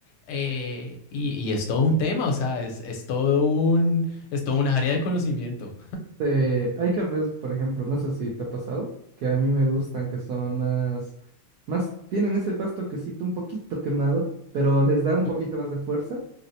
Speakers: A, on the left; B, on the right.
A: eh, y, y es todo un tema, o sea, es, es todo un, es todo un área de conocimiento.
B: Eh, hay cafés, por ejemplo, no sé si te ha pasado, que a mí me gustan, que son más, más, tienen ese pasto quesito un poquito quemado, pero les da un poquito
A: Mm.
B: más de fuerza